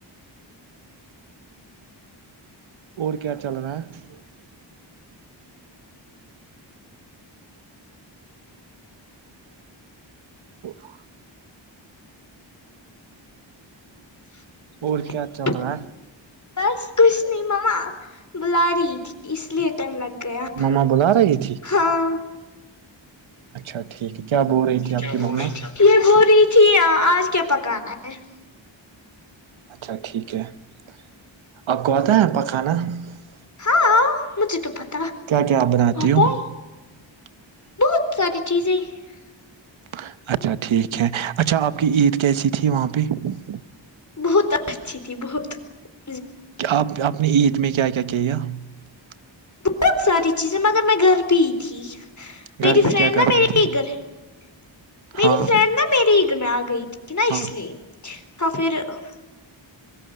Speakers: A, on the right; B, on the left.
A: <unintelligible> ا <inaudible>
B: <unintelligible>
A: اور کیا چل رہا ہے مما بلا رہی تھی <unintelligible>
B: <unintelligible>
A: تھی آپ کی مما
B: <unintelligible>
A: <unintelligible>
B: <unintelligible>
A: <unintelligible>
B: آتا ہے <unintelligible>
A: <unintelligible>
B: <unintelligible>
A: <unintelligible> <unintelligible>
B: <unintelligible>
A: گھر میں کیا کر رہی تھی
B: <unintelligible>
A: ہاں ہاں